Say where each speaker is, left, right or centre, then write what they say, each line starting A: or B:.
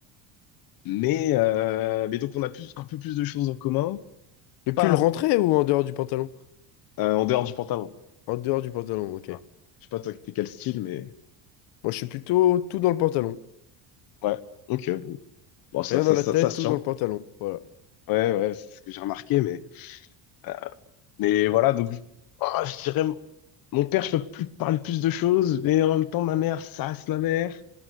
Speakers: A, on the left (about 55°); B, on the left (about 75°).
A: Mais, euh, mais donc, on a plus, un peu plus de choses en commun,
B: Le
A: pas
B: pull rentré ou en dehors du pantalon?
A: euh, en dehors du pantalon.
B: En dehors du pantalon, ok.
A: Voilà. Je sais pas, toi, t'es quel style, mais...
B: Moi, je suis plutôt tout dans le pantalon.
A: Ouais, ok, bon, Bon, ça,
B: Rien
A: ça,
B: dans la
A: ça,
B: tête,
A: ça se
B: tout
A: tient.
B: dans le pantalon. Voilà.
A: Ouais, ouais, c'est ce que j'ai remarqué, mais, euh, mais voilà, donc ah, je dirais, mon père, je peux plus parler plus de choses, mais en même temps, ma mère, ça reste ma mère.